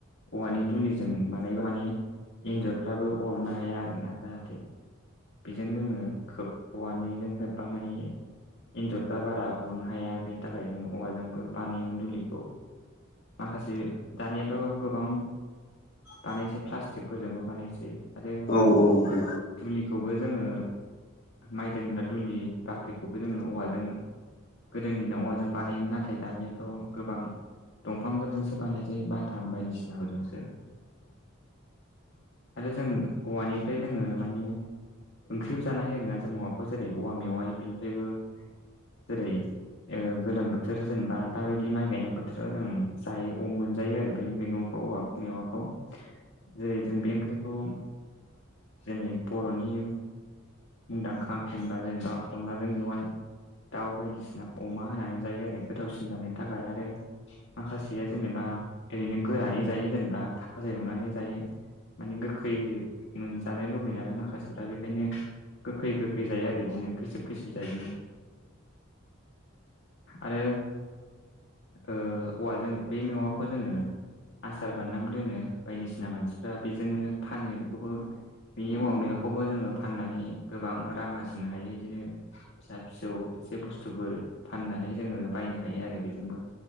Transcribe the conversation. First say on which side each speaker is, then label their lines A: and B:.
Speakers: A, on the left; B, on the left.
A: औवानि दुलिजों बानायबा माने एन्जरफ्राबो अरनो हाया आरोना । जाहाथे बेजों जोङो खोब औवानिजों हेबबा माने एन्जरफ्रा बारा अरनो हाया बेनि थाखाय जों औवाजोंबो बानायोमोन दुलिखौ माखासे दानियाथ' गोबां बानायनोसै प्लास्टिकफोरजोंबो बानायसै आरो
B: औ औ औ
A: दुलिखौबो जोङो माइ दोनग्रा दुलि बाख्रिखौबो जोङो औवाजों गोदोनि दिनाव औवा जों बानायोमोन नाथाय दानियाथ' गोबां दंफांफोरजोंसो बानाय जायो बाथाम बायदिसिनाफोरजोंसो। आरो जों औवानिफ्राय जोङो माने ओंख्रिबो जानाय हायो आरोना जों <unintelligible> जेरै औवा मेवाय बेनिफ्रायबो जेरै ओ गोलोम बोथोर जेनेबा दाबायदि माइ गायनाय बोथोराव जों जायो मोनजायो आरो बे मैगंखौ औवा मेवाखौ जेरै जों बे ओंख्रिखौ जेरै बर'नि मुंदांखा फेनबा जेनेबा अनलाजों मेवाय दाउ बायदिसिना अमा होनानै जायो आरो गोथावसिन जानायनि थाखाय आरो माखासेया जेनेबा ओरैनो गोरानै जायो जेनेबा भाजा एवनानै जायो। माने गोखै मोनजानो लुबैयो नालाय माखासेफ्रा बेखायनो गोखै गोखै जायो आरो बिदिनो खैसोब खैसोब जायो आरो औवाजों बे मेवाखौ जोङो आसार बानायनाबो दोनो बायदिसिना मानसिफ्रा बेजोंनो फानो बेखौबो बिनि औवा मेवाखौबो जोङो फाननानै गोबां रां आरजिनो हायो इदिनो फिसा फिसौ एसे बुस्थुफोर फाननानै जोङो बायनो हायो आरो बेजोंबो